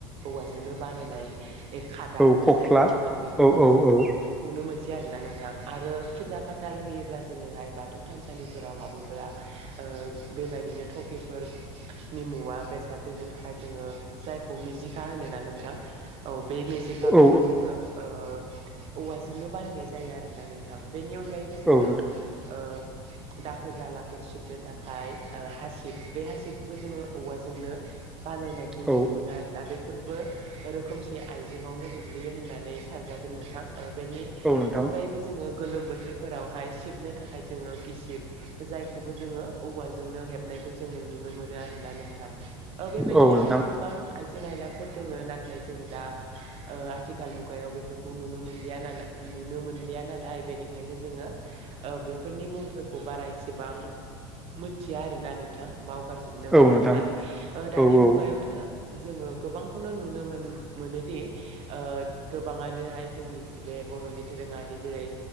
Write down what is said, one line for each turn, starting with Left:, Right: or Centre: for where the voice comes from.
Right: औवाजों बानायनाय खादा
Centre: औ
Right: होन
Centre: खख्ला
Right: जायखौ बेखौबो
Centre: औ औ
Right: जोङो
Centre: औ
Right: नुनो मोन सै आरोना नोंथां आरो फुजा फाथाल होयोब्ला जोङोहाय बाथौ थानसालिफोराव हाबो। ब्ला ओ बेबायदिनो थकिफोरनि मुवा बेसाद दोननो थाखाय जोङो जायखौ मिजिखा होना नोंथां औ। बे मेजेखाखौबो
Centre: औ
Right: जोङो ओ औवाजोंनो बानायनाय जायो आरोना नोंथां। बेनि अनगायैबो जोङो
Centre: औ नोंथां
Right: ओ दाखोर दाला फोर सिबनो थाखाय ओ हासिब बे हासिबखौबो जोङो औवाजोंनो बानायनायखौ नुनो
Centre: औ
Right: मोनो आरोना बे फोरबो रोखोमसे आइजेंआवनो गोग्लैयो होननानै सानजागोन नोंथां। ओ बेनि
Centre: औ नोंथां
Right: अनगायैबो जोङो गोलोम बोथोरफोरावहाय सिबनो थाखाय जोङो गिसिब जाय खौबो जोङो औवाजोंनो हेबनायखौ जोङो नुनो मोनो आरोना नोंथां। ओ बेबायदिनोहाय
Centre: औ नोंथां
Right: गोबां आइ जें आइलाफोर दोङो नाथाय जों दा आथिखाल मुगायाव बेफोरखौ नुनो मोनलिया नालाय नुनो मोनलिया नालाय बेनिखायनो जोङो ओ बेफोरनि मुंफोरखौ बारा एसेबां मोनथिया आरोना नोंथां बावगारजोबनो
Centre: औ
Right: हमलांबाय
Centre: नोंथां
Right: दानि
Centre: औ औ
Right: मुगायावथ' जोङो गोबांखौनो नुनो मोन मोनोदि ओ गोबाङानोहाय जोंनि बे बर'नि दोरोङारि जेरै